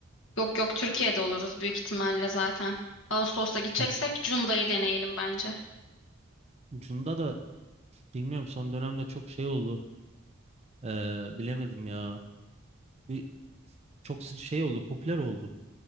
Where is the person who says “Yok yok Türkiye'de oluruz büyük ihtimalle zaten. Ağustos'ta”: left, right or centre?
Left